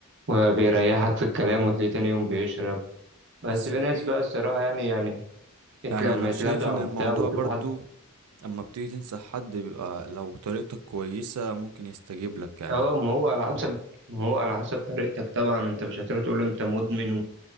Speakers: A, on the right (about 55°); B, on the right (about 80°).
A: وبيريحك في الكلام وتلاقيه تاني يوم بيشرب بس
B: بس
A: في
B: في
A: ناس بقى الصراحة يعني يعني
B: يعني
A: لما
B: انا
A: يتلدع
B: شايف ان
A: وبتاع
B: الموضوع
A: ويشوف
B: برضو
A: حد
B: اما بتيجي تنصح حد بيبقى لو طريقتك كويسة ممكن يستجيب لك يعني
A: اه ما هو على حسب ما هو على حسب طريقتك طبعا انت مش هتروح تقول له انت مدمن